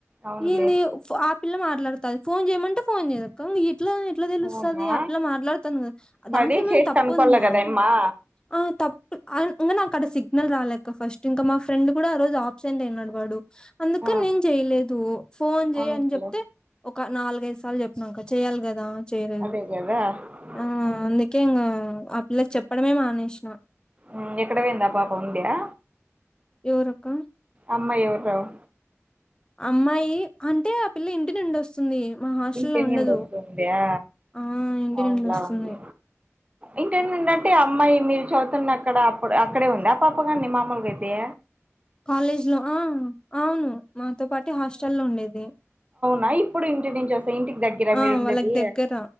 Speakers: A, on the right; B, on the left.
A: అవునులే
B: ఏంది ఫ ఆ పిల్ల మాట్లాడుతది ఫోన్ చెయమంటే ఫోన్ చేయదక్క ఇంగా ఏ ఎట్లా ఎట్లా తెలుస్తుంది
A: అవునా
B: ఆ పిల్ల మాట్లాడుతుంది కదా
A: మరి
B: దాంట్లో ఏమన్నా
A: చేసి
B: తప్
A: కనుక్కోవాల
B: ఉందా
A: కదమ్మా
B: ఆ తప్పు ఆ ఇంగా నాకు అడ సిగ్నల్ రాలెక ఫస్ట్ ఇంకా మా ఫ్రెండ్ కూడా ఆ రోజు ఆబ్సెంట్ అయినడు వాడు అందుక
A: ఆ
B: నేను చెయలేదు ఫోన్ చెయ్
A: అవునులే
B: అని చెప్తే ఒక నాలుగైదు సార్లు చెప్ నాకా చెయాలి కదా చేయలేదు
A: అదే కదా
B: ఆ
A: ఉమ్,
B: అందుకే ఇంగా ఆ పిల్లలకి చెప్పడమే మానేసిన
A: ఉ ఎక్కడ పోంది ఆ పాప ఉందా
B: ఎవరొక్క
A: అమ్మయూ యోవర్ రావు
B: అమ్మాయి అంటే ఆ పిల్ల ఇంటి నుండి వస్తుంది మా హాస్టల్లో
A: ఇంటి
B: ఉండదు
A: నుండి వస్తుందా
B: ఆ ఇంటి
A: అవునులా
B: నుండి వస్తుంది
A: అవునులే ఇంటి నుండి అంటే అమ్మాయి మీరు చదువుతున్న అక్కడ అప్పుడు అక్కడే ఉంది ఆ పాప కాని మామలుగేట్ పే
B: కాలేజ్ లో ఆ అవును మాతో పాటు హాస్ట లో ఉండేది
A: నా ఇప్పుడు ఇంటి నుంచి వస్తే ఇంటికి దేగ్గర
B: ఆ
A: మీరు ఉండేది
B: వాళ్ళకి దగ్గర